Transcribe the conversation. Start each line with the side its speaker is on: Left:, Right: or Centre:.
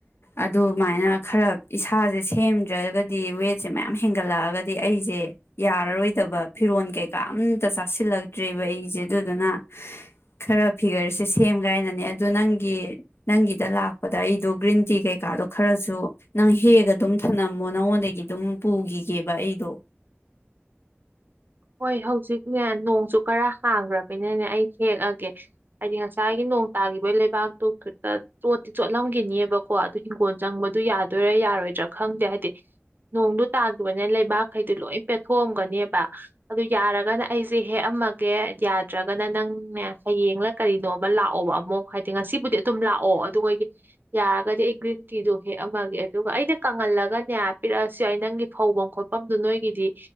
Left: ꯑꯗꯨꯃꯥꯏꯅ ꯈꯔ ꯏꯁꯥꯁꯦ ꯁꯦꯝꯗ꯭ꯔꯒꯗꯤ ꯋꯦꯠꯁꯦ ꯃꯌꯥꯝ ꯍꯦꯟꯒꯠꯂꯛꯑꯒꯗꯤ ꯑꯩꯁꯦ ꯌꯥꯔꯔꯣꯏꯗꯕ ꯐꯤꯔꯣꯜ ꯀꯩꯀꯥ ꯑꯝꯇ ꯆꯥꯁꯤꯜꯂꯛꯇ꯭ꯔꯦꯕ ꯑꯩꯁꯦ ꯑꯗꯨꯗꯨꯅ ꯈꯔ ꯐꯤꯒꯔꯁꯦ ꯁꯦꯝ ꯀꯥꯏꯅꯅꯦ ꯑꯗꯨ ꯅꯪꯒꯤ ꯅꯪꯒꯤꯗ ꯂꯥꯛꯄ ꯑꯗ ꯑꯩꯗꯣ ꯒ꯭ꯔꯤꯟ ꯇꯤ ꯀꯩꯀꯥꯗꯣ ꯈꯔꯁꯨ ꯅꯪ ꯍꯦꯛꯒ ꯑꯗꯨꯝ ꯊꯝꯂꯝꯝꯃꯣ ꯅꯉꯣꯟꯗꯒꯤ ꯑꯗꯨꯝ ꯄꯨꯈꯤꯒꯦꯕ ꯑꯩꯗꯣ
Right: ꯍꯣꯏ ꯍꯧꯖꯤꯛꯅꯦ ꯅꯣꯡꯁꯨ ꯈꯔ ꯍꯥꯡꯈ꯭ꯔꯕꯅꯤꯅꯅꯦ ꯑꯩ ꯍꯦꯛꯑꯒꯦ ꯍꯥꯏꯗꯤ ꯉꯁꯥꯏꯒꯤ ꯅꯣꯡ ꯇꯥꯒꯤꯈꯤꯕꯒꯤ ꯂꯩꯕꯥꯛꯇꯨ ꯈꯤꯇ ꯆꯣꯠꯇꯤ ꯆꯣꯠꯂꯝꯈꯤꯅꯤꯕꯀꯣ ꯑꯗꯨ ꯍꯤꯡꯒꯣꯜ ꯆꯪꯕꯗꯨ ꯌꯥꯗꯣꯏꯔꯥ ꯌꯥꯔꯣꯏꯗ꯭ꯔꯥ ꯈꯪꯗꯦ ꯍꯥꯏꯗꯤ ꯅꯣꯡꯗꯨ ꯇꯥꯈꯤꯕꯅꯦ ꯂꯩꯕꯥꯛꯈꯩꯗꯤ ꯂꯣꯏ ꯄꯦꯊꯣꯛꯑꯝꯒꯅꯦꯕ ꯑꯗꯨ ꯌꯥꯔꯒꯅ ꯑꯩꯁꯦ ꯍꯦꯛꯑꯝꯃꯒꯦ ꯌꯥꯗ꯭ꯔꯒꯅ ꯅꯪꯅꯦ ꯍꯌꯦꯡꯂ ꯀꯔꯤꯅꯣ ꯑꯃ ꯂꯥꯛꯑꯣꯕ ꯑꯃꯨꯛ ꯍꯥꯏꯗꯤ ꯉꯁꯤꯕꯨꯗꯤ ꯑꯗꯨꯝ ꯂꯥꯛꯑꯣ ꯑꯗꯨꯒ ꯌꯥꯔꯒꯗꯤ ꯑꯩ ꯒ꯭ꯔꯤꯟ ꯇꯤꯗꯣ ꯍꯦꯛꯑꯝꯃꯒꯦ ꯑꯗꯨꯒ ꯑꯩꯅ ꯀꯪꯍꯜꯂꯒꯅꯦ ꯄꯤꯔꯛꯑꯁꯨ ꯑꯩ ꯅꯪꯒꯤ ꯐꯧꯐꯝ ꯈꯣꯠꯐꯝꯗꯨ ꯅꯣꯏꯒꯤꯗꯤ